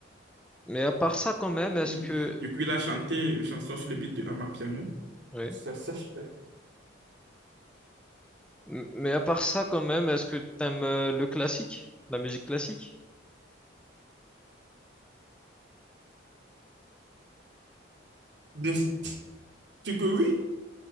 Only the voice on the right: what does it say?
Oui.
Du coup, il a chanté une chanson sur le beat de Amapiano.
C'est cette,
Bien sûr que oui.